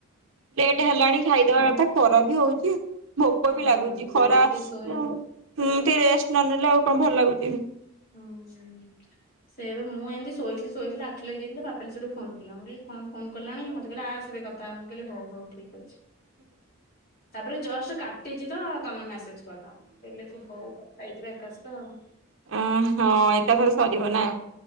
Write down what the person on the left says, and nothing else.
ହଁ
ଖାଇକି ଟିକେ
ଶୋଇବି ଆଉ
ହୁଁ ସେଇ ଏବେ ମୁଁ ଏମିତି ଶୋଇଥିଲି ଶୋଇଥିଲ ଆଖି ଲାଗି ଯାଇଥିଲା ପାପାଲି ସେଇଠୁ ଫୋନ କଲା ମୁଁ କହିଲି କଣ ଫୋନ୍ କଲାଣି ମୋତେ କହିଲା ଆସେ କଥା ତ ଆମ କହିଲି ହଉ ହଉ ଠିକ ଅଛି ତାପରେ ଜଷ୍ଟ କାଟିଛି ତ ତମେ ମେସେଜ କଲ ହେଲେ ହଉ କଥା ହେଇଯିବା ଏକାଶ ତ ଆଉ